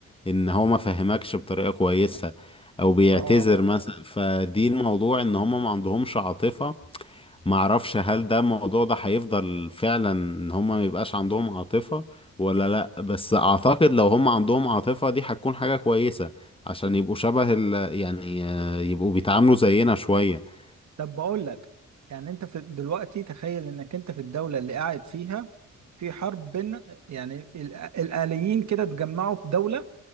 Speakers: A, on the left; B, on the right.
A: ان هو ما فهمكش بطريقة كويسة او بيعتذر
B: اه
A: مثلا فدي الموضوع ان هما ما عندهمش عاطفة معرفش هل ده الموضوع ده هيفضل فعلا ان هما ميبقاش عندهم عاطفة ولا لا بس اعتقد لو هما عندهم عاطفة دي هتكون حاجة كويسة عشان يبقوا شبه ال يعني آه، يبقوا بيتعاملوا زينا شوية
B: طب بقول لك يعني انت في دلوقتي تخيل انك انت في الدولة اللي قاعد فيها في حرب بين يعني ال- الآليين كده اتجمعوا في دولة